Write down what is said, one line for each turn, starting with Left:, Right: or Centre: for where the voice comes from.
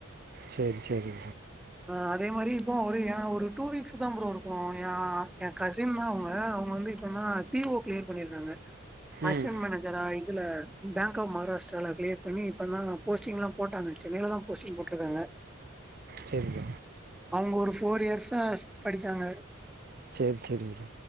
Right: சரி சரி
Centre: ஆ அதே மாதிரி இப்போ ஒரு என் ஒரு டூ வீக்ஸ் தான் ப்ரோ இருக்கும் என் என் கசின் தான் அவங்க அவங்க வந்து என்னா பிஓ கிளியர் பண்ணிருக்காங்க அஷன்
Right: ம்
Centre: மேனேஜரா இதுல பேங்க் ஆஃப் மகாராஷ்டிரால கிளியர் பண்ணி இப்ப தா போஸ்டிங்லா போட்டாங்க சென்னையில தா போஸ்டிங் போட்ருக்காங்க
Right: சேரிங்க
Centre: அங்க ஒரு ஃபோர் இயர்ஸ்ஸா படிச்சாங்க
Right: சேர் சேரி